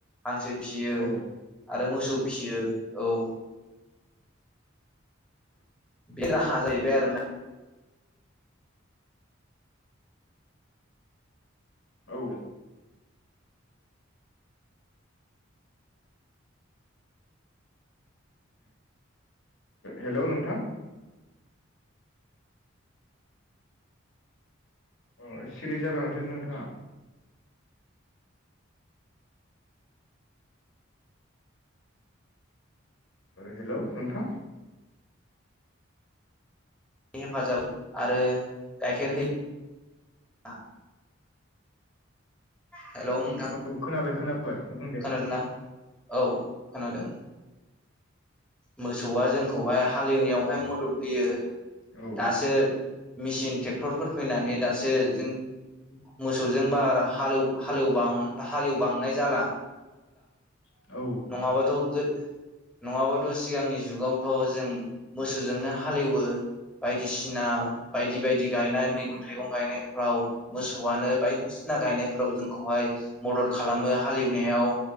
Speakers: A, in the centre; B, on the left.
A: हांसो फिसियो
B: औ
A: आरो मोसौ फिसियो औ बे राहा जाहैबाय आरोना
B: औ हेल' नोंथां अ सिरि जाबाय माथो नोंथाङा? हेल' नोंथां
A: हेफाजाब आरो गाइखेर होय <inaudible> हेल' नोंथां
B: औ खोनाबाय खोनाबाय बुं दे
A: खोनादों ना औ खोनादों मोसौआ जोंखौहाय हालेवनायावहाय मदद होयो ।
B: औ
A: दासो मिसिन ट्रेक्टरफोर फैनानै दासो जों मोसौजों बार हालौ-हालौबाव-हालेव बांनाय जाला ।
B: औ। औ
A: नंङा बाथ । नङाबाथ सिगांनि जुगावथ जों मोसौजोंनो हालेवो बायदिसिना बायदि बायदि गायनाय मैगं थाइगं गायनायफ्राव मोसौआनो बायदिसिना गायनायफ्राव जोंखौहाय मदद खालामो हालएव। नायाव